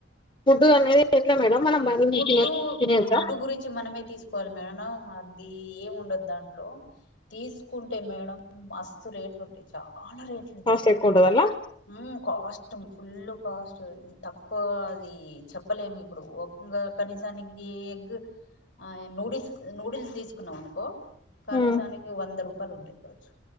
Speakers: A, on the left; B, on the left.
A: ఫుడ్ అనేది ఎట్లా మేడం మనం బయట నుంచి
B: ఫుడ్డు
A: తిన తినేయొచ్చా
B: ఫుడ్డు గురించి మనమే తీసుకోవాలి మేడం అది ఏం ఉండదు దాంట్లో తీసుకుంటే మేడం మస్తు రేట్లుంటాయ్ చాలా రేట్లు ఉంటాయి
A: కాస్ట్ ఎక్కువుంటదాంట్ల
B: మ్మ్ కాస్ట్ ఫుల్ కాస్ట్ తక్కువ అది చెప్పలేము ఇప్పుడు ఇంగ కనీసానికి ఎగ్ ఆ నూడిల్స్ నూడిల్స్ తీసుకున్నాం అనుకో కనీసానికి
A: హ్మ్.
B: వంద రూపాయలు ఉంటాయి కావచ్చు